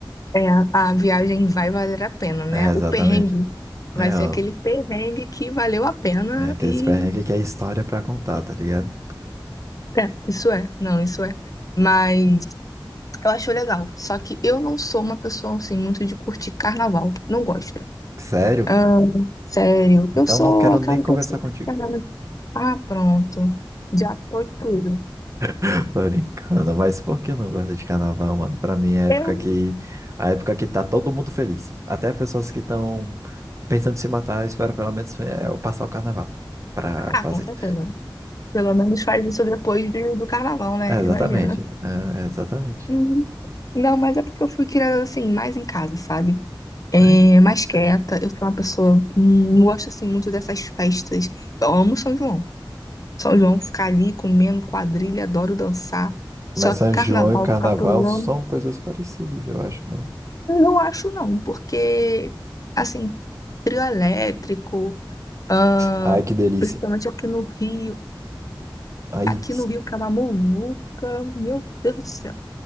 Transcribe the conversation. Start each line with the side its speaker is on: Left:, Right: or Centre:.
Left: É, a a viagem vai valer a pena, né?
Right: É, exatamente.
Left: O perrengue vai
Right: É,
Left: ser
Right: ó,
Left: aquele perrengue que valeu a pena
Right: é aqueles
Left: e
Right: perrengues que é história pra contar, tá ligado?
Left: É, isso é, não, isso é. Mas eu acho legal. Só que eu não sou uma pessoa assim muito de curtir carnaval. Não gosto.
Right: Sério?
Left: Ah, sério,
Right: Então
Left: eu sou
Right: não quero
Left: aquela
Right: nem conversar
Left: pessoa
Right: contigo.
Left: que carnaval. Ah, pronto. Já foi tudo.
Right: <laughs> Tô brincando, mas por que eu não gosto de carnaval, mano? Pra mim é a época
Left: Eu.
Right: que... A época que tá todo mundo feliz. Até pessoas que estão pensando em se matar, espero pelo menos é, eu passar o carnaval pra
Left: Ah,
Right: fazer
Left: com certeza.
Right: isso.
Left: Pelo menos faz isso depois de- do carnaval, né?
Right: É, exatamente.
Left: Imagina.
Right: É, exatamente.
Left: Uhum. Não, mas é porque eu fui criada assim, mais em casa, sabe? É,
Right: Ai,
Left: mais
Right: sério.
Left: quieta. Eu sou uma pessoa. hum, Não gosto assim muito dessas festas. Eu amo São João. São João ficar ali comendo quadrilha, adoro dançar. Só
Right: Mas
Left: que
Right: São
Left: carnaval
Right: João e carnaval
Left: ficar pulando,
Right: são coisas parecidas, eu acho, não?
Left: eu não acho não, porque assim, trio elétrico, ahn,
Right: Ai, que delícia.
Left: principalmente aqui no Rio,
Right: Ai,
Left: aqui no Rio que é uma muvuca, meu Deus do céu.